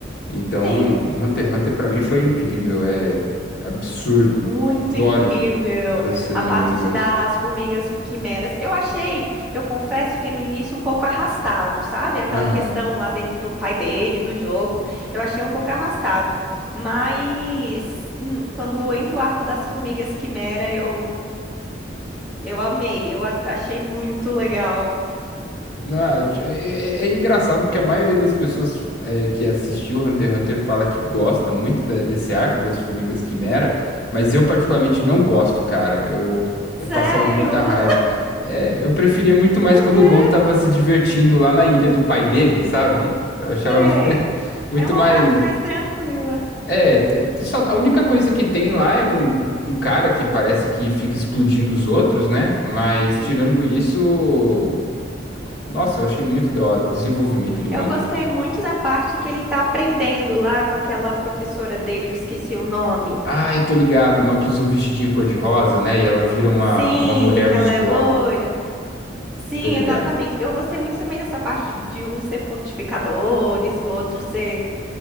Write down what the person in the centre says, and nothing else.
Sim.
Muito
incrível.
A parte
das formigas quimeras. Eu achei, eu confesso que no início um pouco arrastado, sabe? Aquela
questão lá dele, do pai dele, do jogo. Eu achei um pouco arrastado. Mas n- quando entra o arco das formigas quimera, eu, eu amei. Eu a- achei muito legal.
Sério?
<laughs>
Por
quê?
Sei.
É uma
parte mais tranquila.
Uhum.
Eu
gostei
muito da parte que ele tá aprendendo lá com aquela professora dele, eu esqueci o nome.
Sim,
que
ela é loira. Sim,
exatamente. Eu gostei muito também dessa parte de de um ser fortificadores, o outro ser.